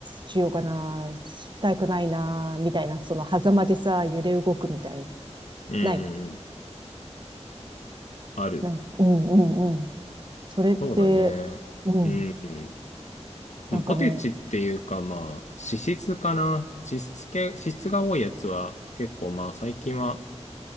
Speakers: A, on the right; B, on the left.
A: しようかな、したくないな、みたいな、その狭間でさ、揺れ動くみたいな。
B: うな。うんうんうん。
A: ない。
B: ある。
A: なん、うん、うん、うん。それって、
B: そうだね。
A: うん。
B: うん、
A: なんかね、
B: うん。ポテチっていうか、まあ、脂質かな。脂質系、脂質が多いやつは結構、まあ、最近は